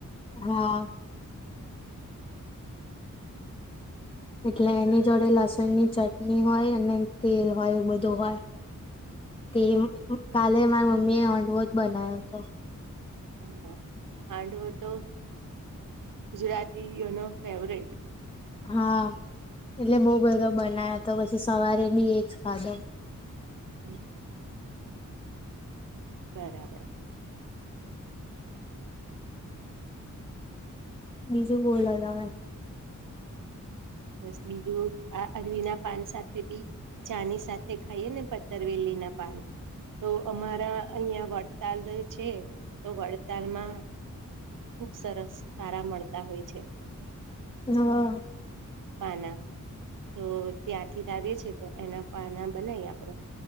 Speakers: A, on the left (about 20°); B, on the right (about 75°).
A: હા એટલે એની જોડે લસણ ની ચટણી હોય અને તેલ હોય બધું હોય, તે કાલે મારા મમ્મી એ હંડવો જ બનાવ્યો હતો.
B: હમ્મ હાંડવો તો ગુજરાતી યુનો ફેવરિટ
A: હા, એટલે બઉ બધો બનાયો તો પછી સવારે મી એ ખાધો.
B: હમ્મ બરાબર
A: ીજું બોલા દ મે
B: બસ બીજું આ અરવીના પાન સાથે બી ચાની સાથે ખાઈએ, ને પતરવેલી ના પાન તો અમારા અહિયાં વડતાલ છે, તો વડતાલમાં ખુબ સરસ તારા મળતા હોય, છે.
A: હા,
B: પાના તો ત્યાંથી લાવએ છે, તો એના પાના બનાય આપડે